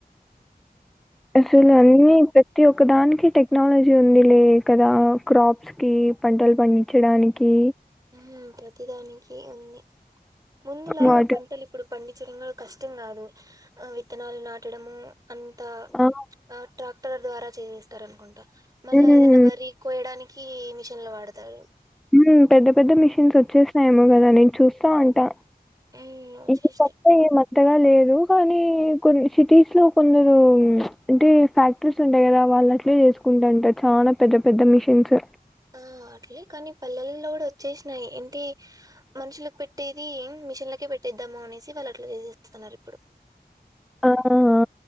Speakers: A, in the centre; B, on the right (about 25°).
A: అసలు అన్ని ప తి ఒకదానికి టెక్నాలజీ ఉంది లే కదా క్రాప్స్కి పంటలు పండించడానికి
B: ఆ ప్రతిదానికి ఉంది ముందులాగా
A: వాటర్
B: పంటలు ఇప్పుడు పండి డించటంలో కష్టం కాదు ఆ విత్తనాలు నాటడము అంతా
A: ఆ
B: ఆట్రాక్ క్టర్ ద్వారా చేస్తార్ అనుకుంటా మళ్ళా
A: మ్మ్
B: ఏదైనా వర్రీ కోయ్డానికి మిషన్లు వాడ్తారు
A: ఉమ్ పెద్ద పెద్ద మిషన్స్ వచ్చేస్సైయేమో కద నేన్ చూస్తా ఉంటా
B: ఉమ్ వచ్చేసినాయి
A: ఇది తప్ప ఏమ్ మాక్ అంతగా లేదు కానీ కొన్ని సిటీస్ లో కొందరు అంటే ఫ్యాక్ట్రిస్ ఉంటాయి కదా వాళ్ళ్ అట్లే చేస్కుంటాంటార్ చాలా పెద్ద పెద్ద మిషన్స్
B: ఆ అట్లే కానీ పల్లెల్లో కూడా ఒచ్చేస్నై ఏంటి మనుషులకి పెట్టేది ఏం మిషిన్లకే పెట్ టేద్దమ్మ అనేసి వాళ్ళు అట్లా చేసేస్తున్నారు ఇప్పుడు
A: ఆ ఆ ఆ